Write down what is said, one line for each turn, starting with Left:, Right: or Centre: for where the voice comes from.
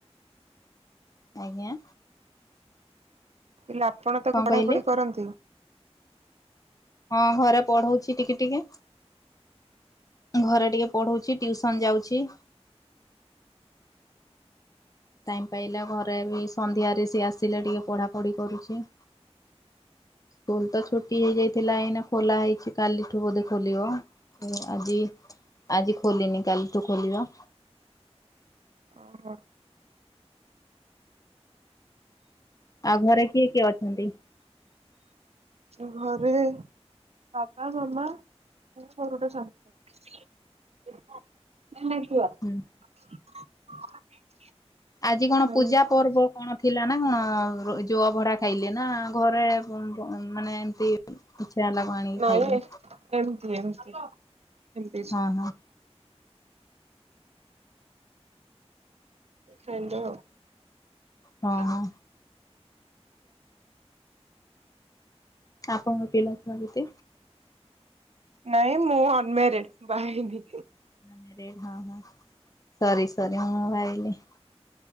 Left: ଆଜ୍ଞା।
Right: ମୁଁ କହିଲି ଆପଣ ତାକୁ
Left: କଣ
Right: ପଢା
Left: କହିଲେ?
Right: ପଢି କରନ୍ତି?
Left: ହଁ ଘରେ ପଢଉଛି ଟିକେ ଟିକେ। ଘରେ ଟିକେ ପଢଉଛି ଟିଉସନ୍‌ ଯାଉଛି। ଟାଇମ ପାଇଲା ଘରେ ବି ସନ୍ଧ୍ୟାରେ ସିଏ ଆସିଲେ ଟିକେ ପଢାପଢି କରୁଛି। ସ୍କୁଲ ତ ଛୁଟି ହେଇଯାଇଥିଲା ଏଇନା ଖୋଲା ହେଇଛି କାଲିଠୁ ବୋଧେ ଖୋଲିବ ଆଜି ଆଜି ଖୋଲିନି କାଲି ତୁ ଖୋଲିବ
Right: ଓହୋ
Left: ଆଉ ଘରେ କିଏ କିଏ ଅଛନ୍ତି?
Right: ଘରେ ବାବା, ମାମା, ମୋର ଗଟେ ସାଙ୍ଗ <inaudible>
Left: ହୁଁ <unintelligible>
Right: <inaudible>
Left: ଆଜି
Right: ମୋ
Left: କଣ
Right: ଭାରି
Left: ପୂଜା
Right: କତିକି
Left: ପର୍ବ
Right: ଆସି
Left: କଣ ଥିଲା ନା ଜୋ ଅଭଡା ଖାଇଲେ ନା ଘରେ ବମନମ ମାନେ ଏମତି କିଛିନା ଲାଗୁ ଆଣିକି
Right: ନାଇଁ
Left: ଖାଇଲେ
Right: ଏମତି ଏମତି ଏମିତି
Left: ହଁ ହଁ
Right: ହ୍ୟାଲୋ
Left: ହଁ
Right: <unintelligible> <unintelligible>
Left: ହଁ ଆପଣଙ୍କ ପିଲା ଛୁଆ କେତେ?
Right: ନାଇଁ ମୁଁ ଅନମାରିଡ ବା ହେଇନି
Left: <unintelligible>